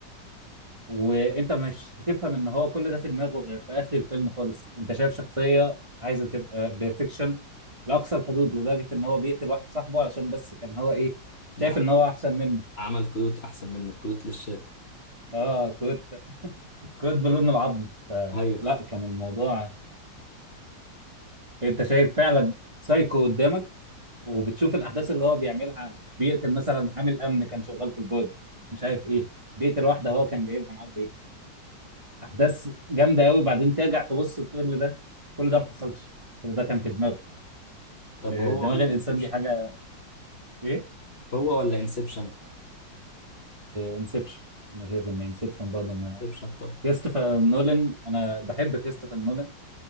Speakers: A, on the right; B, on the left.
A: وانت مش هتفهم ان هو كل ده في دماغه غير في اخر الفيلم خالص انت شايف شخصيه عايزه تبقى بيرفكشن لاقصى الحدود لدرجه ان هو بيقتل واحد صاحبه عشان بس كان هو ايه
B: نعم.
A: شايف ان هو احسن منه
B: عمل كروت احسن منه كروت للشركه
A: اه كنت كنت بلون العظم فلا
B: ايوه
A: كان الموضوع انت شايف فعلا سايكو قدامك وبتشوف الاحداث اللي هو بيعملها بيقتل مثلا عامل امن كان شغال في البورد مش عارف ايه بيقتل واحده هو كان جايبها معاه البيت احداث جامده قوي وبعدين ترجع تبص كل ده كل ده ما حصلش كل ده كان في دماغه
B: طب
A: آه،
B: هو
A: دماغ
B: ولا
A: الانسان
B: انسبشن
A: دي حاجه ايه
B: هو ولا انسبشن
A: انسبشن انا شايف ان انسبشن برضه ما
B: انسبشن طب
A: كريستوفر نولان انا بحب كريستوفر نولان